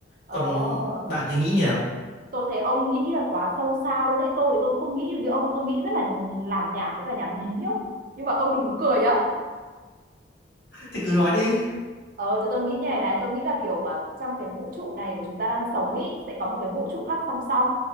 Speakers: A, on the right; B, on the left.
A: ờ.
B: còn bạn thì nghĩ như nào
A: Tôi thấy ông nghĩ là quá sâu xa luôn đấy. Tôi thì tôi không nghĩ được như ông, ông tôi nghĩ rất là làm nhảm với cả nhảm nhí nhá. Nhưng mà ông đừng có cười nhá.
B: thì cứ nói đi
A: Ờ, thì tôi nghĩ như này này, tôi nghĩ là kiểu à, trong cái vũ trụ này của chúng ta đang sống ý, sẽ có một cái vũ trụ khác song song.